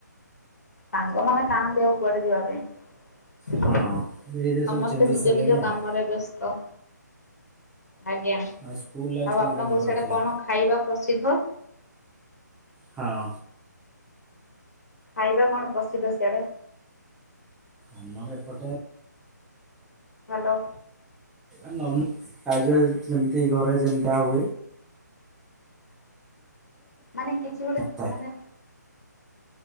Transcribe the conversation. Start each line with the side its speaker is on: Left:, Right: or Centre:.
Left: ସାଙ୍ଗମାନେ କାହାନ୍ତି ଆଉ କୁଆଡେ ଯିବା ପାଇଁ? ସମସ୍ତେ
Centre: ହଁ ଧୀରେ ଧୀରେ ସବୁ ଚେଞ୍ଜେସ୍
Left: ନିଜ
Centre: ହେଲେଣି
Left: ନିଜ
Centre: ଆଉ।
Left: କାମରେ ବ୍ୟସ୍ତ। ଆଜ୍ଞା,
Centre: ଆଉ ସ୍କୁଲ ଲାଇଫ୍
Left: ଆଉ
Centre: କଣ
Left: ଆପଣଙ୍କର
Centre: କେମିତି କଟିଥିଲା?
Left: ସିଆଡେ କଣ ଖାଇବା ପ୍ରସିଦ୍ଧ?
Centre: ହଁ।
Left: ଖାଇବା କଣ ପ୍ରସିଦ୍ଧ ସିଆଡେ?
Centre: ଆମର ଏପଟେ
Left: ହାଲୋ।
Centre: ଆ ନର୍ମ <unintelligible> ଯେମିତି ଘରେ ଯେମିତିଆ ହୁଏ।
Left: ମାନେ କିଛି ଗୋଟେ
Centre: ଥାଏ।
Left: ମାନେ